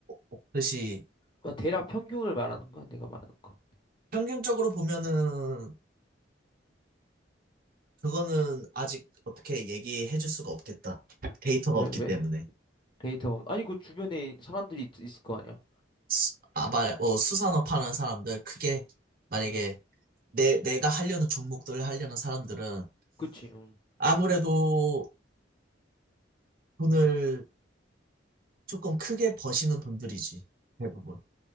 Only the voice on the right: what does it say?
없듯이
평균적으로 보면은 그거는 아직 어떻게 얘기해 줄 수가 없겠다. 데이터가
없기
때문에.
수, 아마 어, 수산업 하는 사람들, 크게, 만약에
내, 내가 하려는 종목들 하려는 사람들은
아무래도 돈을 조금 크게 버시는 분들이지, 대부분.